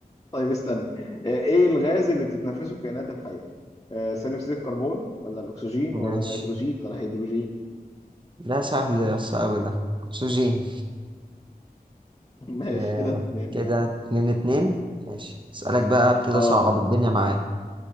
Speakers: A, on the left (about 25°); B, on the right (about 30°).
A: طيب استنى آه ايه الغاز اللي بتتنفسه الكائنات الحية آه ثاني اكسيد الكربون ولا الاكسجين ولا
B: ماشي
A: النيتروجين ولا الهيدروجين
B: ده سهل يا اسطى أوي ده أكسجين
A: <laughs> ماشي
B: آه
A: كده اتنين
B: كده
A: يا عم
B: اتنين اتنين ماشي اسألك بقى ابتدي
A: اه
B: أصعب
A: اه
B: الدنيا معاك